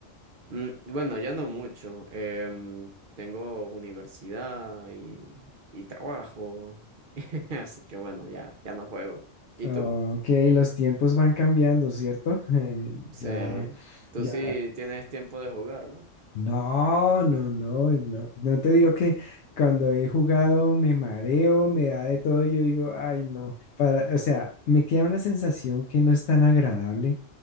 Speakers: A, on the right (about 55°); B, on the left (about 70°).
A: Mm, bueno, ya no mucho. em, tengo universidad y, y trabajo, <laughs> así que bueno, ya, ya no juego. ¿Y
B: Ok,
A: tú?
B: los tiempos van cambiando, ¿cierto? <laughs> Eh,
A: Sí,
B: ya,
A: tú
B: ya.
A: sí tienes tiempo de jugar, ¿no?
B: No, no, no, no. No te digo que cuando he jugado me mareo, me da de todo, yo digo, ay, no. Para, o sea, me queda una sensación que no es tan agradable.